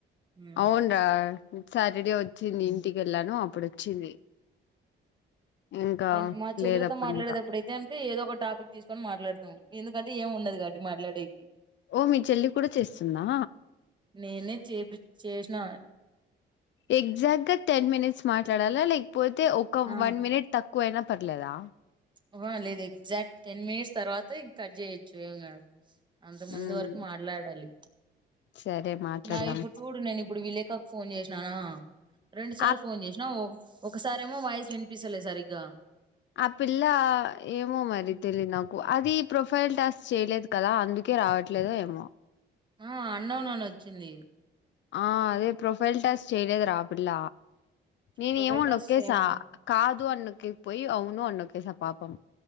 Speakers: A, on the right; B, on the left.
A: ఉమ్
B: అవును రా సాటర్డే వచ్చింది. ఇంటికి వెళ్ళాను అప్పుడు వచ్చింది. ఇంకా
A: నేన్ మా చెల్లతో
B: లేదు అప్పుడు
A: మాట్లాడేట
B: ఇంకా
A: అప్పుడుతే అంటే ఏదో ఒక టాపిక్ తీసుకొని మాట్లాడతాం. ఎందుకంటే ఏం ఉండదు కాబట్టి మాట్లాడేకి.
B: ఓ మీ చెల్లి కూడా చేస్తుందా.
A: నేనే చేపి చేసిన
B: ఎగ్జాక్ట్ గా టెన్ మినిట్స్ మాట్లాడాలా. లేకపోతే ఒక
A: ఆ
B: వన్ మినిట్ తక్కువైనా పర్ పర్లేదా
A: ఆహా, లేదు ఎగ్జాక్ట్ టెన్ మినిట్స్ తర్వాత ఇంక కట్ చేయొచ్చు ఏం కాదు అంత ముందు
B: హ్మ్
A: వరకు మాట్లాడాలి
B: సరే మాట్లాడదాం
A: నా ఇప్పుడు చూడు నేను ఇప్పుడు విలేకాకు ఫోన్ చేసిననా రెండు సార్లు
B: ఆ
A: ఫోన్ చేసిన ఓ. ఒకసారేమో వాయిస్ వినిపిస్తాలే సరిగ్గా
B: ఆ పిల్ల ఏమో మరి
A: ఉమ్.
B: తెలిదు నాకు అది ప్రొఫైల్ టాస్క్ చేయలేదు కదా. అందుకే రావట్లేదు ఏమో.
A: ఆ అన్నోన్ నని వచ్చింది
B: ఆ అదే ప్రొఫైల్ టాస్క్ చేయలేదు రా ఆ పిల్ల నేనే
A: ప్రొఫైల్
B: ఏమో
A: టాస్క్
B: నొక్కేసా
A: ఏమన్నా
B: కాదు అన్ను నొకేకి పోయి అవును అన్ని నొకేస పాపం